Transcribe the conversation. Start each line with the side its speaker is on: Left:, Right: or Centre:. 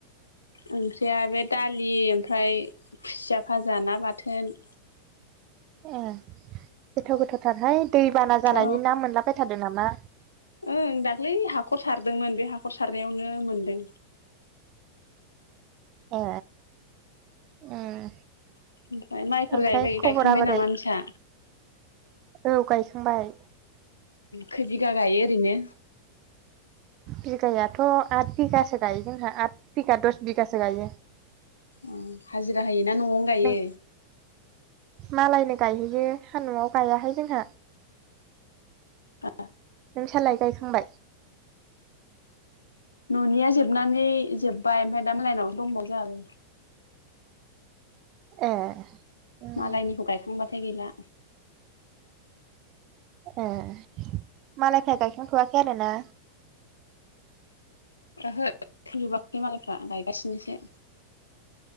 Left: ओंख्रिया बे दालि ओमफ्राय खुसिया भाजा ना बाथोन‌।
Right: ए गोथाव गोथावथारहाय दैबाना जानायनि
Left: औ
Right: ना मोनलाबाय थारदों नामा?
Left: ओं दाख्लै हाखर सारदोंमोन बे हाखर सारनायावनो मोनदों।
Right: ए ओम
Left: ओमफ्राय माइफोर
Right: ओमफ्राय
Left: गायबाय
Right: खबरा
Left: गायखांबाय
Right: बोरै?
Left: नामा नोंसा
Right: औ गायखांबाय
Left: खै बिगा गायो ओरैनो?
Right: बिगायाथ' आथ बिगासो गायो जोंहा आथ बिगा दस बिगासो गायो।
Left: ओम हाजिरा होयोना न'आवनो गायो?
Right: नों मालायनो गायहैयो सान्दुं आव गायाहाय जोंहा।
Left: औ
Right: नोंसालाय गायखांबाय?
Left: न'निया जोबनानै जोबबाय ओमफ्राय दा मालायनाव दंबाव जा आरो
Right: ए उम
Left: मालायनिखौ गायखांबाथाय गैला।
Right: ए मालायफ्रा गायखांथ'वाखै आरो ना?
Left: ओहो जोबाखै मालायफ्रा गायगासिनोसो